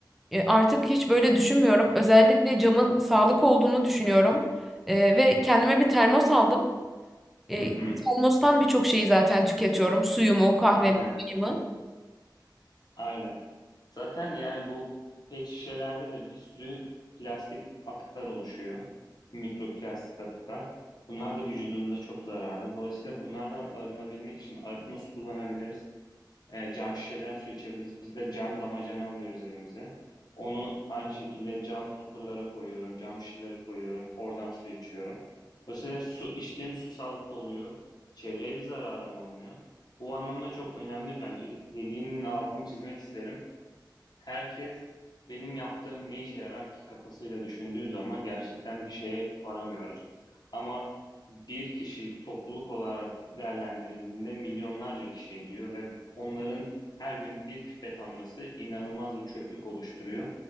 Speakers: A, in the centre; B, on the left.
A: E, artık hiç böyle düşünmüyorum. Özellikle camın sağlık olduğunu düşünüyorum. E, ve kendime bir termos aldım. E,
B: Hı hı.
A: bu termostan birçok şeyi zaten tüketiyorum. Suyumu, kahvemi,
B: Aynen.
A: çayımı.
B: Aynen. Zaten yani bu pet şişelerde de bir sürü plastik atıklar oluşuyor. Mikroplastik atıklar. Bunlar da vücudumuza çok zararlı. Dolayısıyla bunlardan arınabilmek için arıtma su kullanabiliriz. E, cam şişeden su içebiliriz. Biz de cam damacana alıyoruz evimize. Onu aynı şekilde cam tapırlara koyuyorum, cam şişelere koyuyorum. Oradan su içiyorum. Dolayısıyla su, içtiğim su sağlıklı oluyor. Çevreye bir zararım olmuyor. Bu anlamda çok önemli bence. Dediğinin altını çizmek isterim. Herkes "Benim yaptığım ne işe yarar ki?" kafasıyla düşündüğü zaman gerçekten bir şeye varamıyoruz. Ama bir kişi topluluk olarak değerlendirildiğinde milyonlarca kişi ediyor ve onların her gün bir pipet alması inanılmaz bir çöplük oluşturuyor.